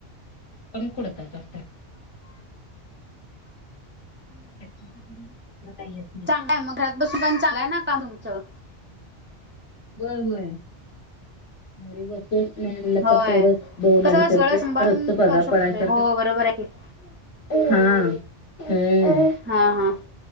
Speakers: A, on the left (about 80°); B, on the right (about 15°).
A: कम कुडतात जास्त,, दुसर काही येत नाही.
B: का मग घरात बसून पण चालाय ना काम तुमचं?
A: होय होय. मरी बस नाही म्हणलं
B: होय
A: तर तेवढं दोन
B: कसं
A: अडीशे
B: सगळं
A: रोजच
B: सांभाळून
A: पगार
B: करू शकतोय
A: पडाय सारखं
B: हो बरोबर आहे की
A: हा, हम्म,
B: हा, हा,